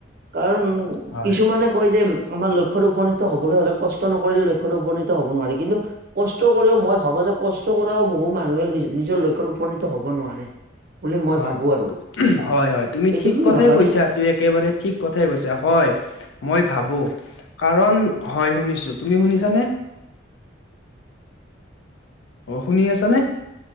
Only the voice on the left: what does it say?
হয়।
হয়
হয় হয় তুমি
ঠিক কথাই
কৈছা। ত একেবাৰে ঠিক কথাই কৈছা হয় মই ভাবো কাৰণ হয় শুনিছো তুমি শুনিছানে? অ শুনি আছা নে?